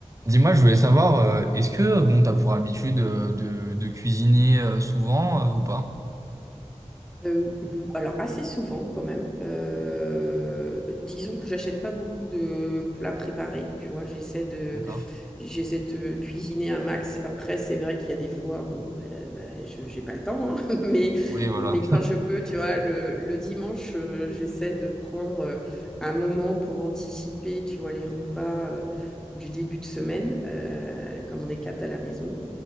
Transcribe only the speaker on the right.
Dis-moi, je voulais savoir, euh, est-ce que bon, t'as pour habitude euh, de, de cuisiner euh, souvent euh, ou pas?
D'accord.
Oui, voilà.